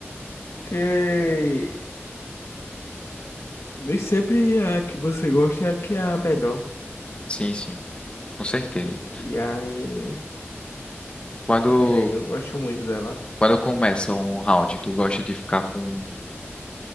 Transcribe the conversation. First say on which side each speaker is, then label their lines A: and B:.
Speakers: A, on the left; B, on the left.
A: Que nem sempre a que você gosta é a que é a melhor.
B: Sim, sim. Com certeza.
A: E, e aí,
B: Quando,
A: e aí, eu gosto muito dela.
B: quando começa um round, tu gosta de ficar com,